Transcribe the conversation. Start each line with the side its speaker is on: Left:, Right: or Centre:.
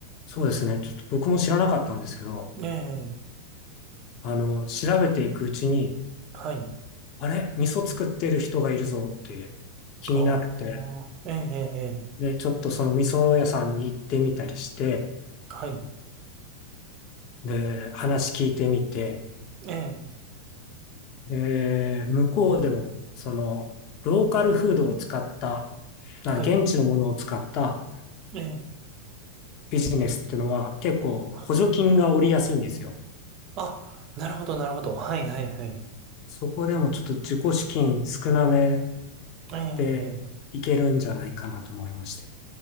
Left: そうですね。ちょっと僕も知らなかったんですけど、
Right: ええ、
Left: あの、調べていくうちに、
Right: はい。
Left: あれ味噌作ってる人がいるぞって気になって、
Right: ああ、ええ、ええ、ええ
Left: で、ちょっとその味噌屋さんに行ってみたりして、
Right: はい。
Left: で、話聞いてみて、
Right: ええ、
Left: で、向こうでも、その、ローカルフードを使った、な現地のものを使った
Right: はい。ええ、
Left: ビジネスっていうのは結構補助金が下りやすいんですよ。
Right: はい。あ、なるほど、なるほど。はい、はい、はい。
Left: そこでもちょっと自己資金少なめ
Right: ええ、
Left: でいけるんじゃないかなと思いまして。
Right: ええ